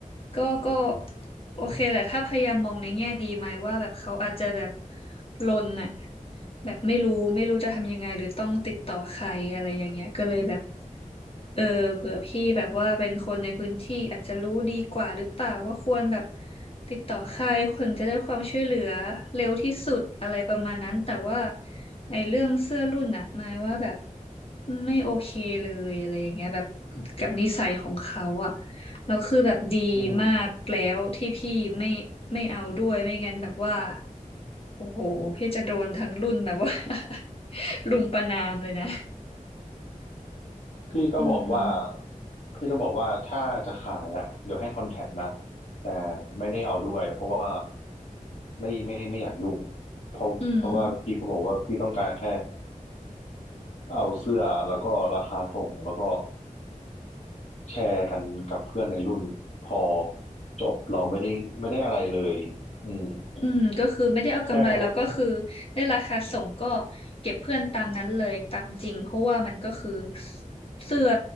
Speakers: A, on the left; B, on the left.
A: ก็ก็โอเคแหละ ถ้าพยายามมองในแง่ดีไหมว่าแบบเขาอาจจะแบบลนอะแบบไม่รู้ไม่รู้จะทำยังไงหรือต้องติดต่อใครอะไรอย่างเงี้ยก็เลยแบบ เออเผื่อพี่แบบว่าเป็นคนในพื้นที่อาจจะรู้ดีกว่าหรือเปล่าว่าควรแบบติดต่อใครถึงจะได้ความช่วยเหลือเร็วที่สุดอะไรประมาณนั้นแต่ว่าไอ้เรื่องเสื้อรุ่นอะหมายว่าแบบไม่โอเคเลยอะไรอย่างเงี้ยแบบกับนิสัยของเขาอะแล้วคือแบบดีมากแล้วที่พี่ไม่ไม่เอาด้วยไม่งั้นแบบว่า
B: อืม
A: โอ้โหพี่จะโดนทั้งรุ่นแบบว่า <laughs> รุมประณามเลยนะ
B: พี่ก็บอกว่า
A: อืม
B: พี่ก็บอกว่าถ้าจะขายอ่ะเดี๋ยวให้คอนแทคนะแต่ไม่ได้เอาด้วยเพราะว่าไม่ไม่ไม่อยากยุ่งเพราะเพราะว่าพี่ก็บอกว่าพี่ต้องการแค่
A: อืม
B: เอาเสื้อแล้วก็ราคาส่งแล้วก็แชร์กันกับเพื่อนในรุ่นพอจบเราไม่ได้ไม่ได้อะไรเลยอืม
A: อืมก็คือไม่ได้เอากำไรเราก็คือ
B: แค่
A: ได้ราคาส่งก็เก็บเพื่อนตามนั้นเลยตามจริงเพราะว่ามันก็คือเสื้อ